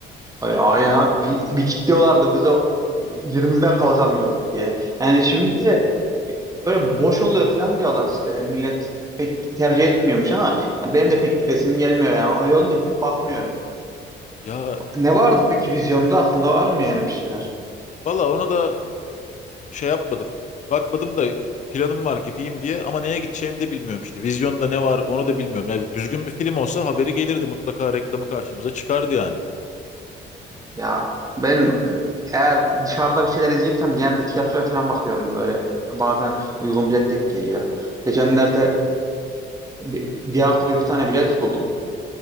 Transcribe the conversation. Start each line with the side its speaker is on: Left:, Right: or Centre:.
Right: Ay- Aynen abi bir, bir kilitliyorlardı bize yerimizden kalkamıyorduk ya. Yani şimdi de e, böyle boş oluyor falan diyorlar işte millet pek tercih etmiyormuş ama benim de pek gidesim gelmiyor yani öyle olunca pek bakmıyorum.
Left: Ya
Right: Ne vardı peki vizyonda aklında var mı yani bir şeyler?
Left: valla ona da şey yapmadım. Bakmadım da planım var gideyim diye ama neye gideceğimi de bilmiyorum işte. Vizyonda ne var onu da bilmiyorum. Yani düzgün bir film olsa haberi gelirdi mutlaka reklamı karşımıza çıkardı yani.
Right: Ya ben e, eğer dışarıda bir şeyler izleyeceksem genelde tiyatroya falan bakıyorum böyle bazen uygun bilet denk geliyor. Geçenlerde bir, bir artı bir bir tane bilet buldum.